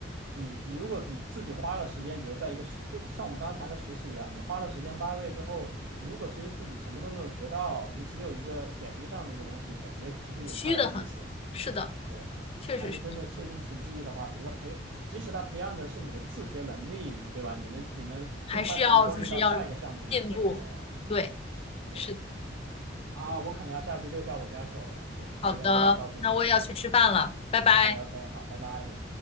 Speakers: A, on the right; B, on the left.
A: 你你如果你自己花了时间，比如在一个实，就像我们刚刚谈的实习一样，你花了时间八个月之后，你如果其实自己什么都没有学到，你只有一个简历上的一个东西，感觉其实也差点意思。
B: 虚的很。是的，
A: 对，
B: 确实是这样，
A: 还是真的切身实际的话，比如他培，即使他培养的是你的自学能力，你对吧？你能你能更快的
B: 还是要就是要
A: onboarding 到下一个项目也是很重要的。
B: 进步。对，
A: 对对对。
B: 是的
A: 啊，我可能要下去遛一下我家狗了。对，它在这儿到处走。
B: 好的，那我也要去吃饭了，
A: 对
B: 拜拜。
A: ，OK OK，好，拜拜。